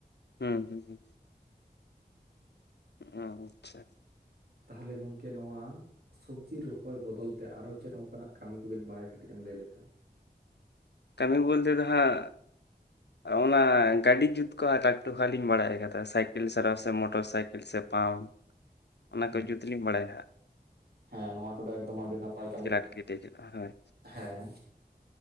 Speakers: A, on the left; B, on the right.
A: ᱦᱩᱸ ᱦᱩᱸ ᱦᱩᱸ ᱚ ᱟᱪᱪᱷᱟ
B: ᱛᱟᱦᱚᱞᱮ ᱜᱚᱝᱠᱮ ᱱᱚᱣᱟ ᱥᱚᱵᱽᱡᱤ ᱨᱚᱦᱚᱭ ᱵᱚᱫᱚᱞ ᱛᱮ ᱟᱨᱚ ᱪᱮᱫ ᱚᱱᱠᱟᱱᱟᱜ ᱠᱟᱹᱢᱤ ᱠᱚᱵᱤᱱ ᱵᱟᱲᱟᱭᱟ ᱠᱟᱹᱴᱤᱡ ᱮᱢ ᱞᱟᱹᱭ ᱞᱮᱠᱷᱟᱱ
A: ᱠᱟᱹᱢᱤ ᱵᱚᱞᱛᱮ ᱫᱚ ᱦᱟᱸᱜ ᱚᱱᱟ ᱜᱟᱹᱰᱤ ᱡᱩᱛ ᱠᱚ ᱴᱟᱠ ᱴᱩᱠ ᱦᱟᱸᱜ ᱞᱤᱧ ᱵᱟᱲᱟᱭ ᱟᱠᱟᱫᱟ ᱥᱟᱭᱠᱮᱞ ᱥᱟᱨᱟᱣ ᱥᱮ ᱢᱚᱴᱚᱨ ᱥᱟᱭᱠᱮᱞ ᱥᱮ ᱯᱟᱣ ᱚᱱᱟ ᱠᱚ
B: ᱟᱪᱪᱷᱟ
A: ᱡᱩᱛᱞᱤᱧ ᱵᱟᱲᱟᱭᱟ ᱦᱟᱸᱜ ᱾
B: ᱦᱮᱸ ᱱᱚᱣᱟ ᱠᱚᱫᱚ ᱮᱠᱫᱚᱢ ᱟᱹᱰᱤ ᱱᱟᱯᱟᱭ ᱠᱟᱹᱢᱤ ᱠᱟᱱᱟ
A: ᱟᱨᱠᱤ ᱪᱟᱞᱟᱜᱼᱟ ᱦᱳᱭ
B: ᱦᱮᱸ